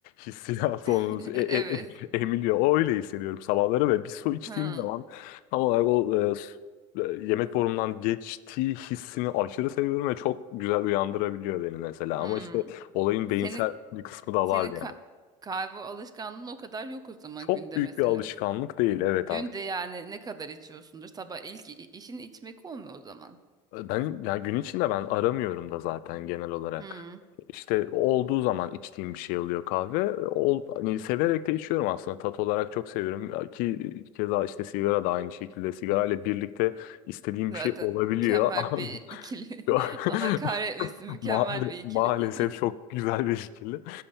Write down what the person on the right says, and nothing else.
<laughs>
Evet.
Hmm.
Hmm.
Senin
senin
ka-
kahve alışkanlığın o kadar yok o zaman
günde
mesela.
Günde
yani ne kadar içiyorsundur? Sabah ilk i- işin içmek olmuyor o zaman.
Hmm.
Zaten
mükemmel
bir ikili.
<laughs> Allah kahretmesin
mükemmel
bir ikili.
<laughs>